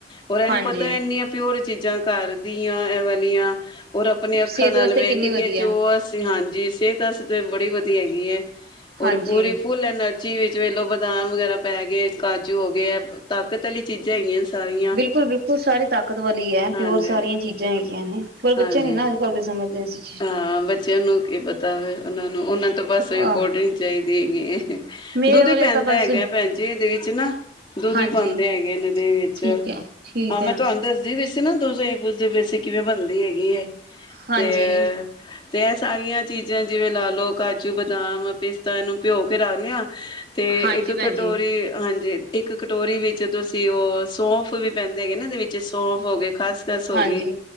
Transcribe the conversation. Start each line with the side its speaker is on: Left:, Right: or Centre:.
Left: ਔਰ ਇਹ
Right: ਹਾਂਜੀ
Left: ਨੀ ਪਤਾ ਇੰਨੀਆਂ ਪਿਓਰ ਚੀਜ਼ਾਂ ਘਰਦੀਆਂ ਐ ਵਾਲੀਆਂ, ਔਰ ਆਪਣੇ ਅੱਖਾਂ
Right: ਸਿਹਤ
Left: ਨਾਲ
Right: ਵਾਸਤੇ
Left: ਵੇਖਕੇ
Right: ਕਿੰਨੀ ਵਧੀਆ
Left: ਜੋ ਅਸ ਹਾਂਜੀ, ਸਿਹਤ ਵਸ ਤਾਂ ਬੜੀ ਵਧੀਆ ਹੈਗੀ ਹੈ। ਓਰ
Right: ਹਾਂਜੀ
Left: ਪੂਰੀ ਫੁਲ ਐਨਰਜੀ ਵਿੱਚ ਵੇਲੋ, ਬਦਾਮ ਵਗੈਰਾ ਪੈ ਗਏ, ਕਾਜੂ ਹੋ ਗਏ, ਐ ਤਾਕਤ ਵਾਲੀ ਚੀਜ਼ਾਂ ਹੈਗੀਆਂ। ਸਾਰੀਆਂ
Right: ਬਿਲਕੁਲ-ਬਿਲਕੁਲ, ਸਾਰੀ ਤਾਕਤ ਵਾਲੀ ਐ,
Left: ਹਾਂਜੀ
Right: ਪਿਓਰ ਸਾਰੀਆਂ ਚੀਜ਼ਾਂ ਹੈਗੀਆਂ ਨੇ, ਪਰ ਬੱਚੇ
Left: ਹਾਂਜੀ
Right: ਨੀ ਨਾ ਅੱਜ-ਕੱਲ ਦੇ ਸਮਝਦੇ ਸੀ।
Left: ਹਾਂ, ਬੱਚਿਆਂ ਨੂੰ ਕੀ ਪਤਾ ਵੇ, ਉਹਨਾਂ ਨੂੰ, ਉਹਨਾਂ ਤੋਂ ਬਸ
Right: ਆਹ
Left: ਕੋਲਡ ਡਰਿੰਕ ਚਾਹੀਦੀ ਹੈਗੀ ਏ।
Right: ਮੇਰੇ
Left: ਦੁੱਧ
Right: ਵਾਲੇ
Left: ਵੀ ਪੈਂਦਾ
Right: ਤਾਂ ਬਸ
Left: ਹੈਗਾ ਭੈਣ ਜੀ, ਇਹਦੇ ਵਿੱਚ ਨਾ। ਦੁੱਧ
Right: ਹਾਂਜੀ
Left: ਵੀ ਪਾਂਦੇ ਹੈਗੇਨ ਇਹਦੇ ਵਿੱਚ,
Right: ਠੀਕ ਹੈ, ਠੀਕ
Left: ਹਾਂ,
Right: ਹੈ
Left: ''ਮੈਂ ਤੁਵਾਂਨੂੰ ਦੱਸਦੀ ਵੀ ਨਾ ਦੁੱਧ ਦੀ ਪੁੱਛਦੇ ਪੇ ਸੀ, ਕਿਵੇਂ ਬਣਦੀ ਹੇਗੀ ਏ,
Right: ਹਾਂਜੀ,
Left: ਤੇ ਤੇ ਐ ਸਾਰੀਆਂ ਚੀਜ਼ਾਂ ਜਿਵੇਂ ਲਾਲੋ, ਕਾਜੂ, ਬਦਾਮ, ਪੀਸਤਾ ਇਹਨੂੰ ਭਿਂਓਕੇ ਰੱਖਲਿਆ ਤੇ,
Right: ਹਾਂਜੀ
Left: ਇੱਕ
Right: ਭੈਣ
Left: ਕਟੋਰੀ,
Right: ਜੀ
Left: ਹਾਂਜੀ। ਇੱਕ ਕਟੋਰੀ ਵਿੱਚ ਤੁਸੀਂ ਉਹ ਸੌਂਫ ਵੀ ਪੈਂਦੇ ਹੈਗੇ ਨਾ, ਇਹਦੇ ਵਿੱਚ ਵਿੱਚ ਸੌਂਫ ਹੋ ਗਏ, ਖਸਖਸ ਹੋ
Right: ਹਾਂਜੀ
Left: ਗਈ,